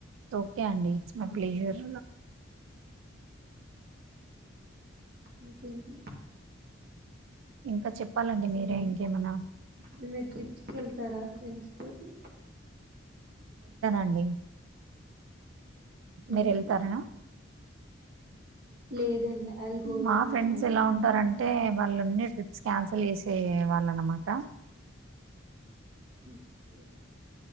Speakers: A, on the right; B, on the right.
A: ఒకే అండి మై ప్లేజర్
B: ఇంకేంటి
A: ఇంకా చెప్పాలండి మీరే ఇంకేమనా
B: ఏమన్నా ట్రిప్స్ కి వెళ్తారా ఫ్రెండ్స్ తోటి
A: అండి మీరు
B: ఎందుకు
A: వెళ్తారనా
B: లేదండి ఐల్ గో
A: మా
B: విత్ మై
A: ఫ్రెండ్స్
B: బాయ్
A: ఎలా
B: ఫ్రెండ్
A: ఉంటారంటే వాళ్ళన్నే ట్రిప్ క్యాన్సల్ చేసే వాళ్ళ అన్నమాట
B: ఓకే